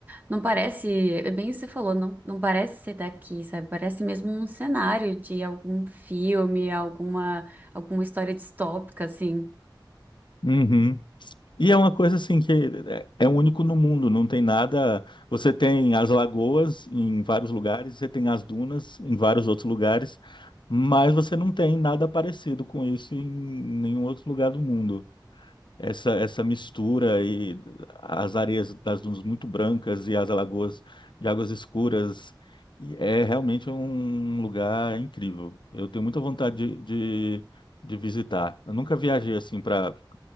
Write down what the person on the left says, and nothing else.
Uhum. E é uma coisa assim que é é único no mundo, não tem nada. Você tem as lagoas em vários lugares, você tem as dunas em vários outros lugares, mas você não tem nada parecido com isso em nenhum outro lugar do mundo essa, essa mistura e as areias das dunas muito brancas e as alagoas de águas escuras. E É realmente um lugar incrível. Eu tenho muita vontade de, de, de visitar. Eu nunca viajei assim para